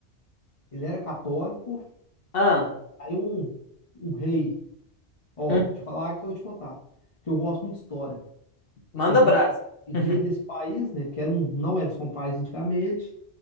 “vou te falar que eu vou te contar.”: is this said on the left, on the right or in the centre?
Left